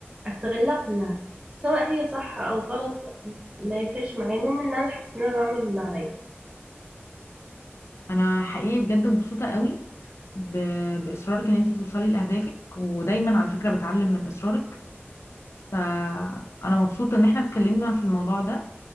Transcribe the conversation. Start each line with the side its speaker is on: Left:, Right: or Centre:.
Right: أستغلها كلها سواء هي صح أو غلط ما يفرقش معايا المهم إن أنا أحس إن أنا بعمل اللي عليا
Left: انا حقيقي بجد مبسوطة قوي ب... باصرارك ان انت توصلي لاهدافك ودايما على فكرة بتعلم من اصرارك فانا مبسوطة ان احنا اتكلمنا في الموضوع ده